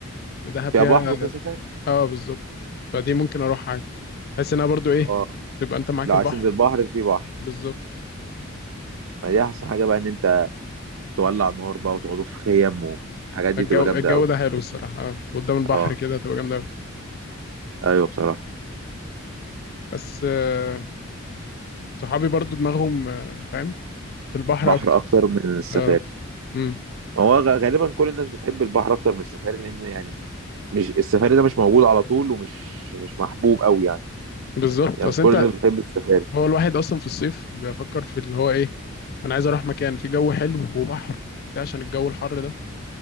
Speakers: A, on the left; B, on the right.
A: دهب
B: فيها
A: فيها
B: بحر وفيها سفاري
A: اه بالظبط فدي ممكن اروح عادي بحيث انها برضو ايه
B: اه
A: تبقى انت معاك
B: لو
A: البحر
B: عايز تنزل بحر في بحر
A: بالظبط
B: ما دي احسن حاجه بقى ان انت تولع نار بقى وتقعدوا في خيم والحاجات دي
A: الجو
B: بتبقى جامده
A: الجو
B: قوي
A: ده حلو الصراحه اه قدام البحر
B: اه
A: كده تبقى جامده قوي
B: ايوه بصراحه
A: بس آه صحابي برضو دماغهم آه فاهم في البحر
B: بحر
A: اكتر
B: اكتر من السفاري
A: اه امم
B: ما هو غ- غالبا كل الناس بتحب البحر اكتر من السفاري لان يعني مش السفاري ده مش موجود على طول ومش مش محبوب قوي يعني
A: بالظبط
B: يعني
A: اصل
B: مش كل
A: انت
B: الناس بتحب السفاري
A: هو الواحد اصلا في الصيف بيفكر في اللي هو ايه انا عايز اروح مكان فيه جو حلو وبحر ده عشان الجو الحر ده